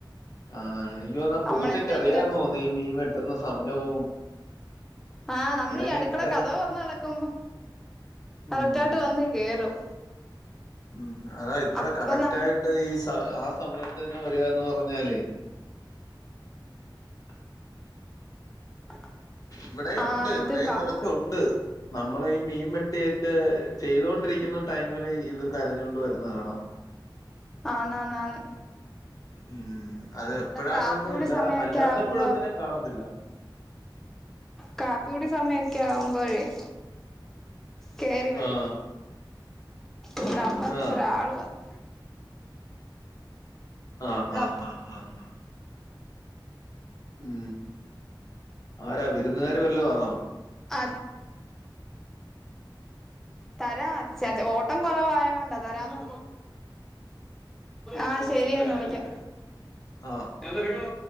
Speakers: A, on the left; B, in the centre.
A: ആഹ- എനിക്കോന്നാ
B: നമ്മൾ
A: പൂച്ചക്ക്
B: എന്തെങ്കിലുമൊക്കെ
A: അറിയാന്നോ നീ മീൻ വെട്ടുന്ന സമയവും
B: ആഹ് നമ്മൾ
A: അല്ലെങ്കി
B: ഈ അടുക്കള
A: ഇത്രേം
B: കതക് തുറന്ന് കിടക്കുമ്പോ കറക്റ്റ്
A: ഉം
B: ആയിട്ട് വന്ന് കേയറും
A: ഉം അതാ ഇത്ര
B: അപ്പൊ
A: കറക്റ്റ്
B: ന
A: ആായിട്ട് ഈ സ ആ സമയത്ത് തന്നെ വരികന്ന് പറഞ്ഞാലേ- <inaudible>
B: <inaudible>
A: ഇവിടെ ഉണ്ട്-
B: ആഹ്
A: ഇവിടെയും
B: ഇത് കാ
A: കുറച്ച ഉണ്ട് നമ്മൾ ഈ മീൻ വെട്ടിയൊക്കെ ചെയ്തോൊണ്ടിരിക്കുന്ന ടൈമില് ഇത് കരഞ്ഞൊണ്ട് വരുന്ന കാണാം <inaudible>
B: ആന്ന് ആന്ന് ന്ന്
A: ഉം- അത് എപ്പോഴാന്നൊന്നും
B: കാപ്പികുടി
A: ഇല്ല
B: സമയൊക്കെ
A: അല്ലാത്തപ്പോഴൊന്നിനൻ
B: ആവുമ്പോ
A: കാണത്തില്ല
B: കാപ്പിയുടെ സമയൊക്കെ ആവുമ്പോഴേ- കയറി വരും
A: ആഹ്
B: ഇവിടെ അമ്മക്ക
A: ആഹ്
B: ഒരാൾ വന്നു
A: ആഹഹ്
B: ഇവിടെ അപ്പ
A: ഹാ് ഹാ ഹാ ഉം ആരാ വിരുന്നുകാര് വല്ലോ ആന്നോ
B: അ
A: <unintelligible>
B: തരാ ച്ച ഓട്ടം കുറവായതോണ്ടാ തരാന്ന് ആഹ ശെരി എന്നാാ വിളിക്കാം
A: ആഹ്
B: ഞന്ത